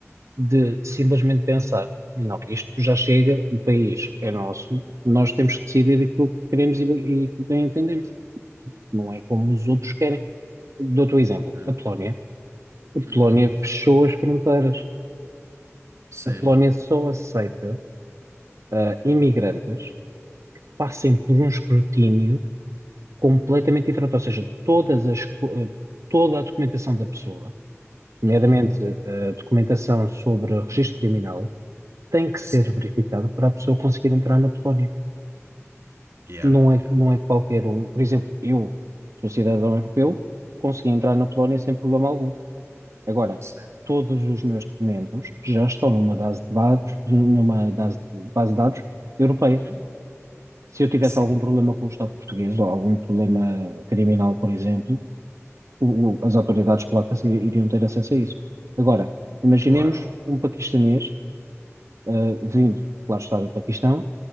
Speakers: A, on the right; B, on the right.
A: de simplesmente pensar, não, isto já chega, o país é nosso, nós temos que decidir aquilo que queremos e, e que bem entendemos. Não é como os outros querem. Dou-te o exemplo,
B: Hum.
A: a Polónia. A
B: Uhum.
A: Polónia fechou as fronteiras.
B: Sim.
A: A Polónia só aceita ah, imigrantes passem por um escrutínio completamente diferente, ou seja, todas as, co- eh, toda a documentação da pessoa, nomeadamente
B: Uhum.
A: eh, a documentação sobre registro criminal, tem que ser
B: Sim.
A: verificada para a pessoa conseguir entrar na Polónia.
B: Yeah.
A: Não é,
B: Yeah.
A: não é qualquer um. Por exemplo, eu sou cidadão europeu, consegui entrar na Polónia sem problema algum. Agora,
B: Sim.
A: todos os meus documentos já estão numa base de dados, numa base base de dados europeia.
B: Uhum.
A: se eu tivesse
B: Sim.
A: algum problema com o Estado português ou algum problema criminal, por exemplo, o- o- as autoridades polacas i- iriam ter acesso a isso. Agora, imaginemos
B: Claro.
A: um paquistanês, ah, vindo, lá está do Paquistão,